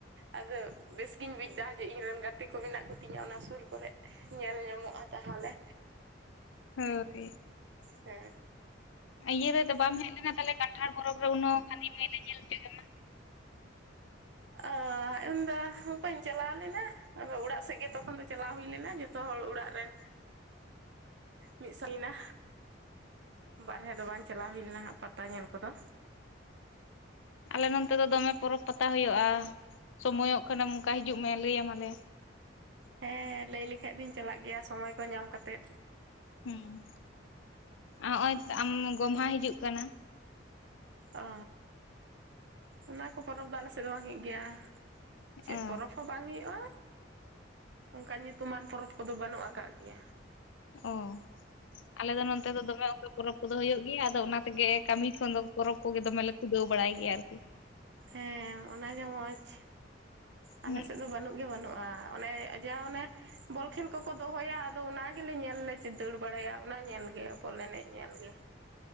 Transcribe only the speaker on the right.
ᱟᱫᱚ ᱵᱮᱥ ᱜᱤᱧ ᱵᱩᱡᱫᱟ ᱡᱮ ᱤᱧ ᱨᱮᱱ ᱜᱟᱛᱮ ᱠᱚ ᱢᱮᱱᱟᱜ ᱠᱚᱛᱤᱧᱟ ᱚᱱᱟ ᱥᱩᱨ ᱠᱚᱨᱮᱜ᱾ ᱧᱮᱞ ᱧᱟᱢᱚᱜᱼᱟ ᱛᱟᱦᱚᱞᱮ
ᱦᱮᱸ
ᱚ ᱤᱧᱫᱚ ᱵᱟᱹᱧ ᱪᱟᱞᱟᱣ ᱞᱮᱱᱟ ᱟᱫᱚ ᱚᱲᱟᱜ ᱥᱮᱫ ᱜᱮ ᱛᱚᱠᱷᱚᱱ ᱫᱚ ᱪᱟᱞᱟᱣ ᱦᱩᱭ ᱞᱮᱱᱟ ᱡᱚᱛᱚ ᱦᱚᱲ ᱚᱲᱟᱜ ᱨᱮᱱ ᱢᱤᱫ <unintelligible> ᱦᱩᱭ ᱮᱱᱟ ᱵᱟᱨᱦᱮ ᱫᱚ ᱵᱟᱝ ᱪᱟᱞᱟᱣ ᱦᱩᱭ ᱞᱮᱱᱟᱜ ᱯᱟᱛᱟ ᱧᱮᱞ ᱠᱚᱫᱚ
ᱦᱮᱸ ᱞᱟᱹᱭ ᱞᱮᱠᱷᱟᱡ ᱫᱚᱧ ᱪᱟᱞᱟᱜ ᱜᱮᱭᱟ ᱥᱚᱢᱚᱭ ᱠᱚ ᱧᱟᱢ ᱠᱟᱛᱮᱜ᱾
ᱚ ᱚᱱᱟ ᱠᱚ ᱯᱚᱨᱚᱵᱽ ᱫᱚ ᱟᱞᱮ ᱥᱮᱫ ᱫᱚ ᱵᱟᱝ ᱦᱩᱭᱩᱜ ᱜᱮᱭᱟ᱾ ᱪᱮᱫ
ᱯᱚᱨᱚᱵᱽ ᱦᱚᱸ ᱵᱟᱝ ᱦᱩᱭᱩᱜᱼᱟ᱾ ᱚᱱᱠᱟᱱ ᱧᱩᱛᱩᱢᱟᱱ ᱯᱚᱨᱚᱵᱽ ᱠᱚᱫᱚ ᱵᱟᱹᱱᱩᱜ ᱟᱠᱟᱫ ᱜᱮᱭᱟ᱾
ᱦᱮᱸ ᱚᱱᱟᱜᱮ ᱢᱚᱸᱡᱽ
ᱟᱞᱮᱥᱮᱫ ᱫᱚ ᱵᱟᱹᱱᱩᱜ ᱜᱮ ᱵᱟᱹᱱᱩᱜᱼᱟ᱾ ᱚᱱᱮ ᱡᱟ ᱚᱱᱮ ᱵᱚᱞ ᱠᱷᱮᱞ ᱠᱚᱠᱚ ᱫᱚᱦᱚᱭᱟ ᱟᱫᱚ ᱚᱱᱟ ᱜᱮᱞᱮ ᱧᱮᱞ ᱞᱮ ᱫᱟᱹᱲ ᱵᱟᱲᱟᱭᱟ ᱚᱱᱟ ᱧᱮᱞ ᱜᱮ ᱵᱚᱞ ᱮᱱᱮᱡ ᱧᱮᱞ ᱜᱮ᱾